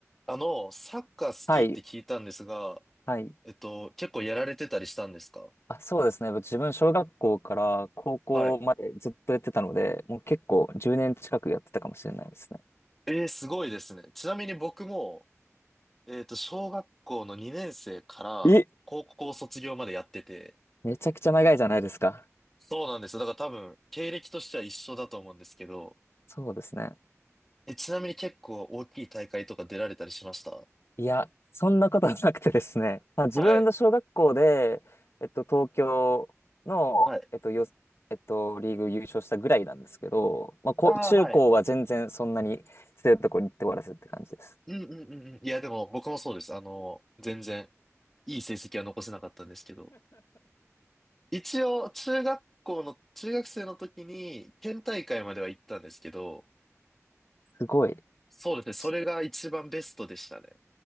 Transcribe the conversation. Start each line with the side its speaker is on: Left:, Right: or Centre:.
Centre: あの、サッカー好きって聞いたんですが、
Left: はい、はい。
Centre: えっと、結構やられてたりしたんですか
Left: あ、そうですね。自分、小学校から高校までずっとやってたので、
Centre: はい。
Left: もう結構10年近くやってたかもしれないですね。
Centre: えー、すごいですね。ちなみに僕も、えっと、小学校の2年生から高校卒業までやってて、
Left: え、めちゃくちゃ長いじゃないですか。
Centre: そうなんですよ。だから多分、経歴としては一緒だと思うんですけど、
Left: そうですね。
Centre: え、ちなみに結構大きい大会とか出られたりしました
Left: いや、そんなことはなくてですね。まあ、自分の小学校で、
Centre: はい。
Left: えっと、東京の、
Centre: はい。
Left: えっと、よ、えっと、リーグ優勝したぐらいなんですけど、まあ、こう、
Centre: ああ、
Left: 中高は全然そんなに強いところに行って終わらせるって感じです。
Centre: はい。うんうんうんうん。いや、でも僕もそうです。あの、全然いい成績は残せなかったんですけど。一応、中学校の、中学生の時に、県大会までは行ったんですけど、
Left: すごい。
Centre: そうですね、それが一番ベストでしたね。
Left: ち